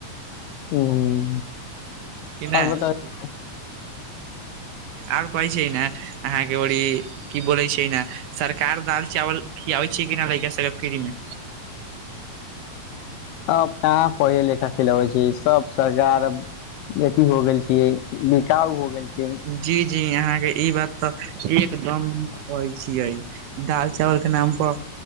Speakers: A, on the left; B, on the right.
A: हूँ
B: कि नहि
A: आओर बताबै छी
B: आओर कहै छै ने अहाँके ओरी की बोलै छै ने सरकार दाल चावल खिआबै छै कि नहि लड़का सब के फ्रीज मे
A: अब कहाँ पहले लेखा खीलबे छिये सब सरकार अब अथी हो गेल छ बिकाउ हो गेल छै
B: जी जी अहाँ के ई बात तऽ एकदम कहै छियै दाल चावल के नाम प